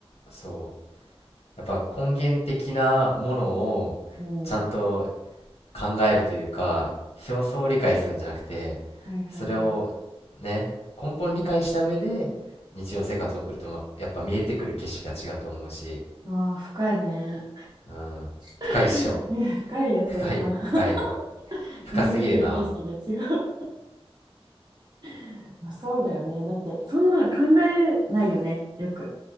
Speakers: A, on the left (about 80°); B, on the right (about 40°).
A: そう。やっぱ根源的なものをちゃんと
B: うん。は
A: 考えるというか、表層を理解するんじゃなくて、
B: いはいはい。
A: それをね、根本理解した上で日常生活を送ると、まやっぱ見えてくる景色が違うと思うし、
B: うわあ、深いね。
A: うん。
B: <laughs>
A: 深いっしょ。
B: いや、深いよ、
A: 深い、
B: それは。
A: 深い。
B: <laughs>
A: 深すぎるな。
B: 見えてくる景色が違う。<laughs> まあ、そうだよね。だって、そんな考えないよね、よく。